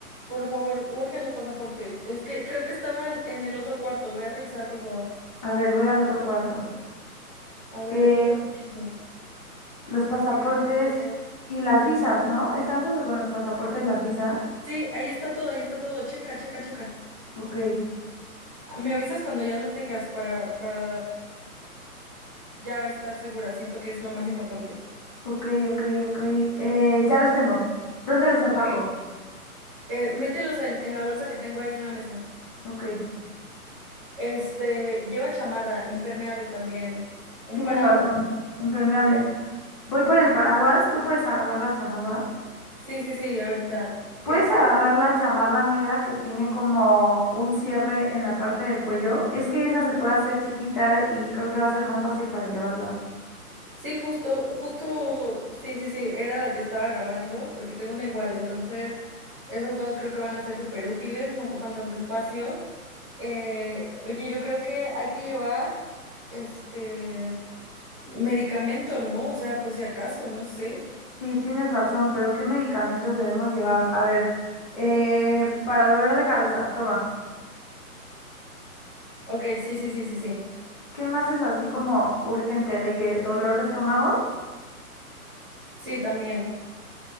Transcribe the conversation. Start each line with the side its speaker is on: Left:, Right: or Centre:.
Right: Por favor, urgen los pasaportes. Es que creo que estaban en el otro cuarto. Ve a revisar, por favor.
Left: A ver, voy al otro cuarto.
Right: A ver,
Left: Eh,
Right: mientras pienso.
Left: los pasaportes
Right: Este,
Left: y las visas, ¿no? ¿Están junto con los pasaportes las visas?
Right: Sí, ahí está todo, ahí está todo. Checa, checa, checa.
Left: Ok,
Right: Me avisas cuando ya lo tengas para, para ya estar segura. Siento que es lo más importante.
Left: ok, ok, ok. Eh, ya los tengo. ¿Dónde los empaco?
Right: Ok. Eh, mételos en, en la bolsa que tengo ahí en la mesa.
Left: Ok,
Right: Este, lleva chamarra, impermeable también. Un
Left: tienes
Right: paraguas.
Left: razón. Impermeable. Voy por el paraguas. ¿Tú puedes agarrar las chamarras?
Right: Sí, sí, sí, ahorita.
Left: Puedes
Right: Este.
Left: agarrar la chamarra negra que tiene como un cierre en la parte del cuello. Es que esa se puede hacer chiquita y creo que va a ser más fácil para llevarla.
Right: Sí, justo, justo, sí, sí, sí, era la que estaba agarrando, porque tengo una igual, entonces esos dos creo que van a ser súper útiles, no ocupan tanto espacio. Eh, oye, yo creo que hay que llevar este medicamento, ¿no? O sea, por si acaso, no sé.
Left: Sí, tienes razón, pero ¿qué medicamentos debemos llevar? A ver, eh, para dolor de cabeza, toma.
Right: Ok, sí, sí, sí, sí, sí.
Left: ¿Qué más es así como urgente? ¿De que dolor de estómago?
Right: Sí, también.